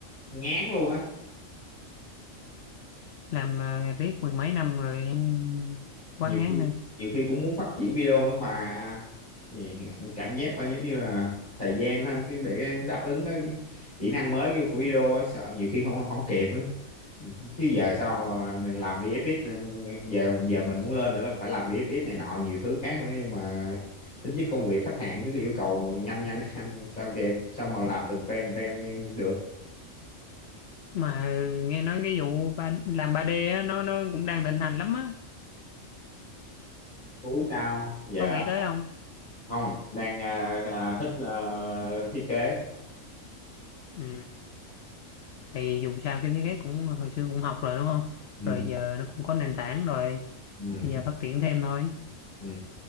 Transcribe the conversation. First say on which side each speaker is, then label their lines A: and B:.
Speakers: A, on the left; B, on the left.
A: ngán luôn á
B: làm uh, riết mười mấy năm rồi ừ, quá
A: nhiều
B: ngán
A: khi
B: hả
A: nhiều khi cũng muốn phát triển video nữa mà Gì- cảm giác là giống như là thời gian hơn cái để đáp ứng cái kỹ năng mới của video ấy, sợ nhiều khi không không kịp ấy. chứ giờ sao mà làm VFX giờ giờ mình muốn lên nữa là phải làm VFX này nọ nhiều thứ khác nữa nhưng mà tính chất công việc khách hàng cứ yêu cầu nhanh nhanh nhanh sao kịp sao mà làm từng frame frame được
B: mà ờ, nghe nói cái vụ ba, làm ba d á, nó nó cũng đang thịnh hành lắm á
A: Tú sao giờ
B: có nghĩ tới không
A: không đang à, à, thích à, thiết kế
B: Ừ. Thì dù sao cái thiết kế cũng hồi xưa cũng học rồi đúng không?
A: ừ,
B: Rồi giờ nó cũng có nền tảng rồi.
A: ừ,
B: Bây
A: ừ.
B: giờ phát triển thêm thôi.
A: ừ.